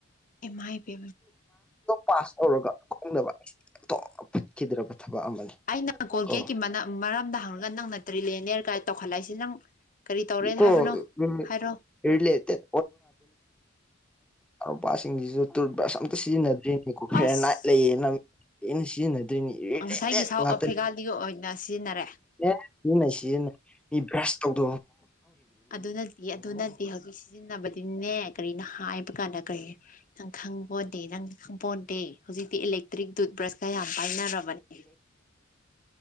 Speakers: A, on the left; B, in the centre.
A: ꯑꯦꯃꯥꯏ ꯄꯦ
B: ꯄꯥꯁ ꯇꯧꯔꯒ ꯈꯪꯗꯕ ꯑꯩ ꯑꯣꯟꯊꯣꯛꯅ ꯐꯠꯈꯤꯗ꯭ꯔꯕ ꯊꯕꯛ ꯑꯃꯅꯤ
A: ꯑꯩꯅ ꯀꯣꯜꯒꯦꯠꯀꯤ
B: ꯀꯣ
A: ꯃꯔꯝꯗ ꯍꯪꯉꯒ ꯅꯪꯅ ꯇ꯭ꯔꯤꯂꯦꯅꯦꯔꯒꯥꯏ ꯇꯧꯈꯠꯂꯛꯏꯁꯤ ꯂꯝ ꯀꯔꯤ ꯇꯧꯔꯦꯅ
B: ꯀꯣ
A: ꯍꯥꯏꯕꯅꯣ
B: ꯎꯝ
A: ꯍꯥꯏꯔꯣ
B: ꯔꯤꯂꯦꯇꯦꯠ ꯅꯨꯄꯥꯁꯤꯡꯁꯤꯁꯨ ꯇꯨꯠ ꯕ꯭ꯔꯁ ꯑꯝꯇ ꯁꯤꯖꯤꯟꯅꯗ꯭ꯔꯤꯅꯤꯀꯣ ꯐꯔꯦꯟ
A: ꯑꯁ
B: ꯅꯥꯏꯠ ꯂꯩꯌꯦꯅ ꯑꯦꯅꯤ ꯁꯤꯟ ꯅꯠꯇ꯭ꯔꯔꯤꯅꯤ
A: ꯉꯁꯥꯏꯒꯤ ꯁꯥꯎꯠ
B: ꯉꯇ
A: ꯑꯐ꯭ꯔꯤꯀꯥꯒꯤ ꯑꯣꯏꯅ ꯁꯤꯖꯤꯟꯅꯔꯦ
B: ꯑꯦ ꯁꯤꯖꯤꯟꯅꯩ ꯁꯤꯖꯤꯟꯅꯩ ꯚ꯭ꯔꯁ ꯇꯧꯗ
A: ꯑꯗꯨ ꯅꯠꯇꯦ ꯑꯗꯨ ꯅꯠꯇꯦ ꯍꯧꯖꯤꯛ ꯁꯤꯖꯤꯟꯅꯕꯗꯤꯅꯦ ꯀꯔꯤꯅꯣ ꯍꯥꯏꯕ ꯀꯥꯟꯗ ꯀꯩ ꯅꯪ ꯈꯪꯕꯗꯤ ꯅꯪ ꯈꯪꯕ ꯍꯧꯖꯤꯛꯇꯤ ꯏꯂꯦꯛꯇ꯭ꯔꯤꯛ ꯇꯨꯠ ꯕ꯭ꯔꯁꯀ ꯌꯥꯝ ꯄꯥꯏꯅꯔꯕꯅꯦ